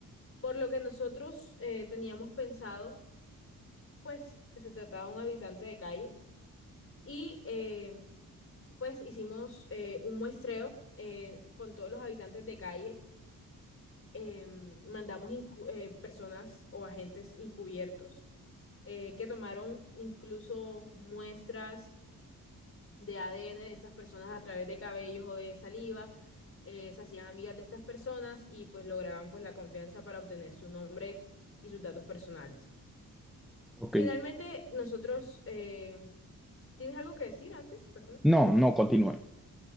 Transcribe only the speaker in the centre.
Ok.
No, no, continúe.